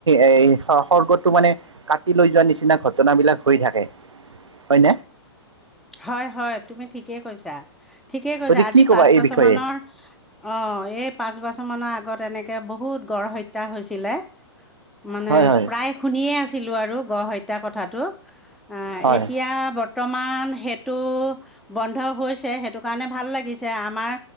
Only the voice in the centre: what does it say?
হয় -হয় তুমি ঠিকেই কৈছা ঠিকেই কৈছা
আজি
পাঁচ
বছৰ
মানৰ অ' এই পাঁচ বছৰ মানৰ আগতে এনেকে বহুত গড় হত্যা হৈছিলে। মানে
প্ৰায় শুনিয়ে আছিলো আৰু গড় হত্যা কথাটো। অ'
এতিয়া বৰ্তমান। সেইটো বন্ধ হৈছে সেইটো কাৰণে ভাল লাগিছে, আমাৰ